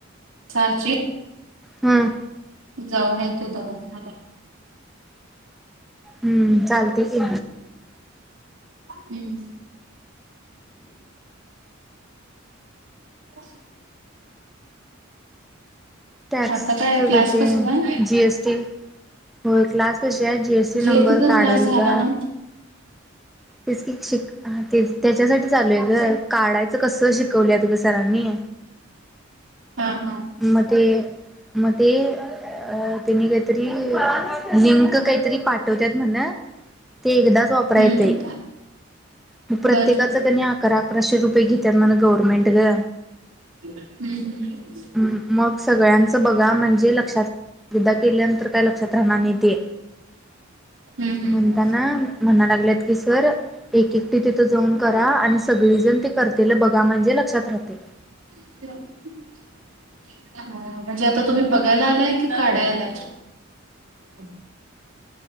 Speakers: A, on the right; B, in the centre.
A: सहाची
B: हम्म
A: जाऊन येतो दवाखान्याला.
B: हम्म चालते कि,
A: हं <unintelligible>
B: टॅक्सचं
A: आता काय क्लास
B: ग ते
A: कसला आहे?
B: जी एस टी होय क्लास तसया जी एस टी
A: जीएसटीचा
B: नंबर काढयला
A: क्लास झाला ना?
B: तेच की शिक हा त्याच्यासाठी चालूय ग काढायचं कसं शिकवल्यात ग सरांनी
A: हा हा.
B: म ते म ते अ त्यांनी काहीतरी लिंक काहीतरी पाठवत्यात म्हण ते एकदाच वापरा
A: हम्म
B: येतय. म प्रत्येकाच
A: बर बर.
B: कनय अकरा अकराशे रुपये घेत्यात म्हण गव्हर्मेंट ग
A: हूं हूं
B: हं मग सगळ्यांचं बघा म्हणजे लक्षात विदा केल्यानंतर काय लक्षात राहणार नही ते
A: हम्म
B: म्हणताना
A: हम्म.
B: म्हणा लागल्यात की सर एक एकटी तिथं जाऊन करा आणि सगळीजण ते करतेल बघा म्हणजे लक्षात राहतय.
A: <unintelligible> म्हणजे आता तुम्ही बघायला आलाय कि काढाय आलाय. <unintelligible>